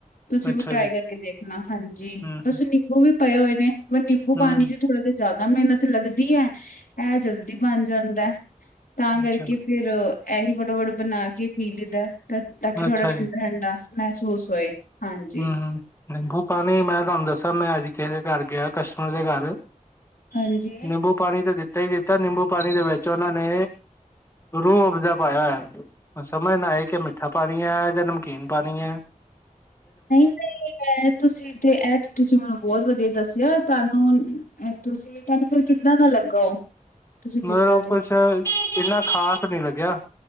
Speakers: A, on the left; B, on the left.
A: ਤੁਸੀਂ
B: ਅੱਛਾ
A: ਵੀ ਟਰਾਈ
B: ਜੀ
A: ਕਰਕੇ ਦੇਖ ਹਾਂਜੀ
B: ਹਮ
A: ਬਸ ਨਿੰਬੂ ਵੀ ਪਏ ਹੋਏ ਨੇ, ਪਰ ਨਿੰਬੂ ਪਾਣੀ
B: ਹਮ
A: ਚ ਥੋੜਾ ਜਾ ਜ਼ਿਆਦਾ ਮਿਹਨਤ ਲੱਗਦੀ ਐ ਆਏ ਜਲਦੀ ਬਣ ਜਾਂਦਾ ਤਾਂ ਕਰਕੇ
B: ਅੱਛਾ
A: ਫੇਰ ਫਿਰ ਇਹੀ ਫਟਾਫਟ ਬਣਾ ਕੇ ਪੀ ਲੈਂਦਾ ਤਾਂ ਕਿ ਥੋੜਾ
B: ਅੱਛਾ
A: ਠੰਡਾ-ਠੰਡਾ
B: ਜੀ
A: ਮਹਿਸੂਸ ਹੋਏ। ਹਾਂਜੀ
B: ਹੂੰ, ਨਿੰਬੂ ਪਾਣੀ ਮੈਂ ਤੁਹਾਨੂੰ ਦੱਸਾਂ, ਮੈਂ ਅੱਜ ਕਿਸੇ ਦੇ ਘਰ ਗਿਆ ਕਸਟਮਰ ਦੇ ਘਰ
A: ਹਾਂਜੀ
B: ਨਿੰਬੂ ਪਾਣੀ ਤਾਂ ਦਿੱਤਾ ਈ ਦਿੱਤਾ। ਨਿੰਬੂ ਪਾਣੀ ਦੇ ਵਿੱਚ ਉਨ੍ਹਾ ਨੇ ਰੂਹ ਉਪਜ਼ਾ ਪਾਇਆ ਹੋਇਆ ਸਮਝ ਨਾ ਆਈ, ਕਿ ਮਿੱਠਾ ਪਾਣੀ ਐ ਜਾਂ ਨਮਕੀਨ ਪਾਣੀ ਐ।
A: <inaudible> ਤੁਸੀਂ ਤੇ ਐਤੇ ਤੁਸੀਂ ਮੈਨੂੰ ਬਹੁਤ ਵਧੀਆ ਦੱਸਿਆ, ਤੁਹਾਨੂੰ ਤੁਸੀਂ ਤੁਹਾਨੂੰ, ਫੇਰ ਕਿੱਦਾਂ ਦਾ ਲੱਗਾ ਉਹ? ਤੁਸੀਂ
B: ਮਤਲਬ,
A: ਪੀਤਾ ਤੇ
B: ਕੁਛ ਇੰਨਾ ਖ਼ਾਸ ਨੀ ਲੱਗਿਆ।